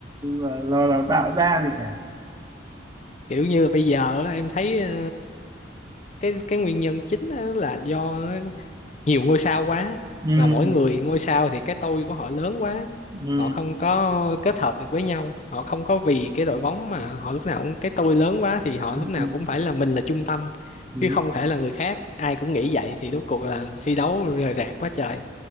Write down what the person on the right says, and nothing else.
ờ, lò đào tạo ra gì cả
ừ
ừ
ừ
ừ,